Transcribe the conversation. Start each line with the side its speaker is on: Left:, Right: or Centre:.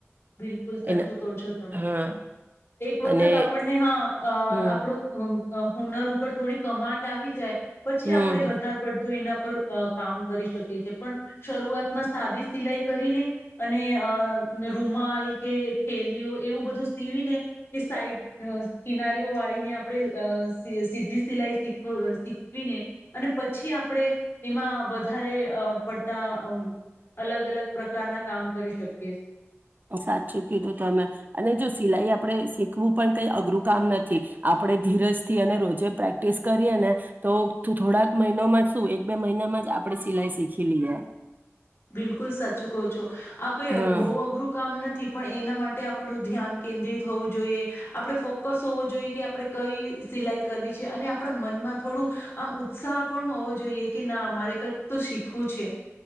Left: બિલકુલ સાચું
Right: એના
Left: કહો છો તમે
Right: હા
Left: એક વખત
Right: અને
Left: આપણ ને હા અ
Right: હમ
Left: આપણું અ હુનર ઉપર થોડી કમાન્ડ આવી જાય પછી
Right: હમ
Left: આપડે વધારે પડતું એના કામ કરી શકી છે પણ શરૂઆતમાં સાદી સિલાઈ કરીને અને અ નરૂ રૂમાલ કે થેલીઓ એવું બધું સીવીને એ સાઈડ કિનારીઓ વાળીને આપણે સીધી સિલાઈ સીખ શીખવીને અને પછી આપણે એમાં વધારે અ પડતા અ અલગ અલગ પ્રકારના કામ કરી શકીએ.
Right: સાચચું કય્યું હતું તમે અને જો સિલાઈ આપણે શીખવું પણ કઈ અઘરું કામ નથી આપણે ધીરજથી અને રોજે પ્રેક્ટિસ કરીએ ને તો થોડાક મહિનોમાં શું એક બે મહિનામાં જ આપણે સિલાઈ શીખી લઈએ.
Left: બિલકુલ સાચું કહો છો. આ કઈ
Right: હા
Left: બહુ અઘરું કામ નથી પણ એના માટે તે આપણું ધ્યાન કેન્દ્રિત હોવું જોઈએ. આપણે ફોકસ હોવો જોઈએ કે આપણે કઈ સિલાઈ કરવી છે અને આપણા મનમાં થોડું આમ ઉત્સાહ પણ હોવો જોઈએ કે ના મારે કંઈક તો શીખવું છે.